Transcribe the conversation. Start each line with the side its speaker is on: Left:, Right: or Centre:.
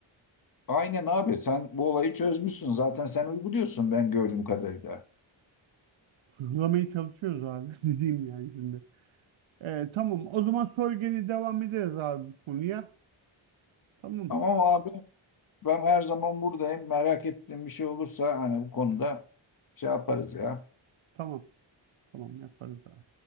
Left: Aynen abi sen bu olayı çözmüşsün. Zaten sen uyguluyorsun ben gördüğüm kadarıyla.
Right: Hızlamaya çalışıyoruz abi. <laughs> Dediğim yani şimdi. E, tamam o zaman sonra gene devam ederiz abi bu konuya. Tamam
Left: Tamam abi ben her zaman buradayım. Merak ettiğim bir şey olursa hani bu konuda şey yaparız ya.
Right: tamam tamam yaparız abi.